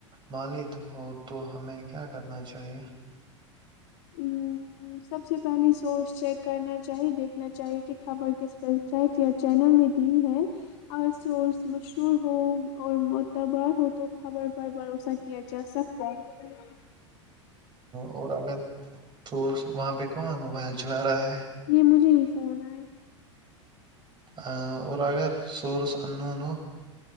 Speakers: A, on the right; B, on the left.
A: مالد ہو تو ہمیں کیا کرنا چاہیئے
B: ہ سب سے پہلے سورس چیک کرنا چاہی دیکھنا چاہیے کہ خبر کس ویب سائٹ یا چینل نے دی ہے اگر سورس مشہور ہو اور معتبار ہو تو خبر پر بھروسہ کیا جا سکتا ہے
A: اور اگر اور وہاں پہ کون موبائل چلا رہا ہے
B: یہ مجھے یہ فون آئے
A: اور اگر سورس اننون ہو